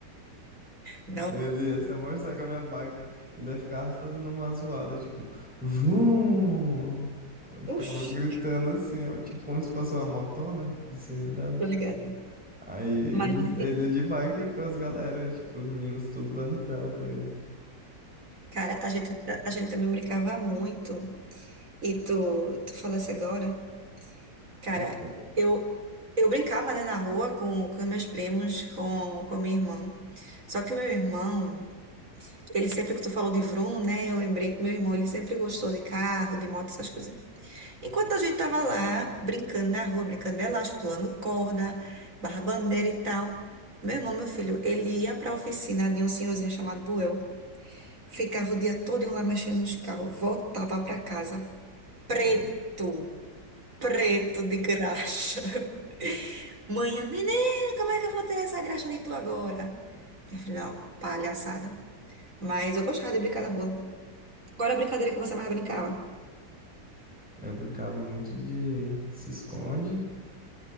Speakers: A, on the right; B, in the centre.
A: Não.
B: Ele ia se mostrar com a minha bike. Ainda ficava fazendo uma zoada, tipo, vrum! Eu ficava
A: Uf,
B: gritando assim, ó, tipo, como se fosse uma motona de cilindrada.
A: tô ligada.
B: Aí ele,
A: Mas, a gente-
B: ele de bike com as galera, tipo, os meninos tudo dando trela pra ele.
A: cara, a gente, a gente também brincava muito. E tu, tu falasse agora, cara,
B: Então,
A: eu, eu brincava, né, na rua com, com meus primos, com, com minha irmã. Só que o meu irmão, ele sempre que tu falou de Vroom, né, eu lembrei que meu irmão, ele sempre gostou de carro, de moto, essas coisas. Enquanto a gente tava lá, brincando na rua, brincando de elástico, pulando corda, barra bandeira e tal, meu irmão, meu filho, ele ia pra oficina de um senhorzinho chamado Buel, ficava o dia todo lá mexendo nos carros, voltava pra casa preto,
B: hum,
A: preto de graxa. <laughs> Mãe, menina, como é que eu vou tirar essa graxa de tu agora? Minha filha, é uma palhaçada. Mas eu gostava de brincar na rua. Agora a brincadeira que você mais brincava?
B: eu brincava muito de se esconde,